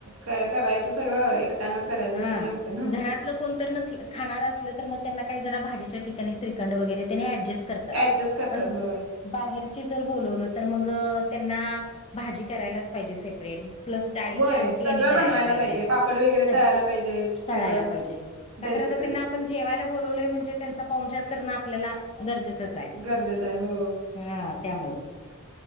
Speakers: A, on the right; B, on the left.
A: क करायचं सगळं एकट्यानच करायचं
B: हा,
A: असं हे होतं ना.
B: घरातल कोण तर नसल, खाणार असलं तर मग त्यांना काही जरा भाजीच्या ठिकाणी श्रीखंड वगैरे त्यांनी ऍडजस्ट कर त्यात,
A: ऍडजस्ट करतात
B: पण
A: होय
B: बाहेरची जर बोलवलं तर मग अ त्यांना भाजी करायलाच पाहिजे सेप परेट, प्लस डाळीची
A: होय
B: आमटी
A: सगळं
B: आणि करायला
A: बनवायला
B: पाहिजे
A: पापड वगैरे
B: स
A: तळायला पाहिजे
B: करायला
A: सगळं
B: पाहिजे. का
A: त्यांचं
B: तर आता
A: त्यांच
B: त्यांना आपण जेवायला बोलवलय म्हणजे त्यांचा पाहुणचार करण आपल्याला गरजेचंच आहे.
A: गरजेचआहे. हो...
B: हा त्यामुळं,